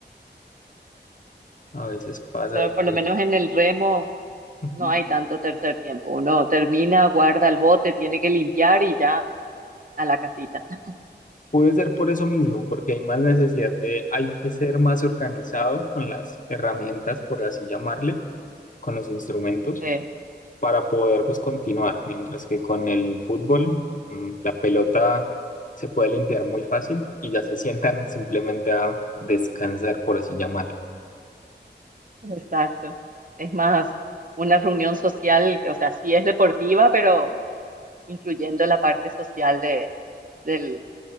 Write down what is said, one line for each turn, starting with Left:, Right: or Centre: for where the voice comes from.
Left: A veces pasa
Right: Eso,
Left: de
Right: por
Left: que...
Right: lo menos en el remo,
Left: ujú,
Right: no hay tanto tercer tiempo. Uno termina, guarda el bote, tiene que limpiar y ya a la casita. <laughs>
Left: Puede ser por eso mismo, porque hay más necesidad de, hay que ser más organizado con las herramientas, por así llamarle, con los instrumentos
Right: Sí.
Left: para poder pues continuar, mientras que con el fútbol mm, la pelota se puede limpiar muy fácil y ya se sientan simplemente a descansar, por así llamarle.
Right: Exacto. Es más, una reunión social, o sea, sí es deportiva, pero incluyendo la parte social de, del